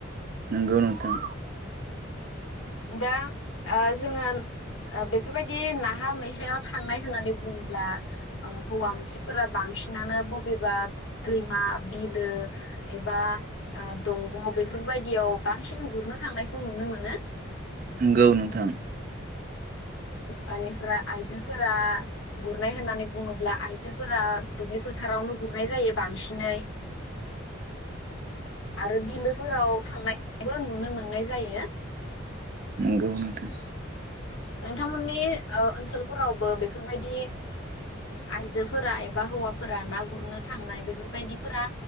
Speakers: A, on the right (about 45°); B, on the left (about 70°).
A: नोंगौ नोंथां
B: दा ओ जोङो बेफोरबायदि नाहा मैहायाव थांनाय होननानै बुङोब्ला हौवा मोनसेफोरा बांसिनानो बबेबा दैमा बिलो एबा दंग' बेफोरबायदियाव बांसिन गुरनो थांनायखौ नुनो मोनो।
A: नोंगौ नोंथां
B: बेनिफ्राय आइजोेंफोरा गुरनाय होननानै बुङोब्ला आइजोफोरा दुब्लि फोथारावनो गुरनाय जायो बांसिनै आरो बिलोफोराव थांनायबो नुनो मोननाय जायो।
A: नोंगौ नोंथां
B: नोंथांमोननि ओ ओनसोलफोरावबो बेफोरबायदि आइजोफोरा एबा हौवा फोर ना गुरनो थांनाय बेफोरबायदिफोरा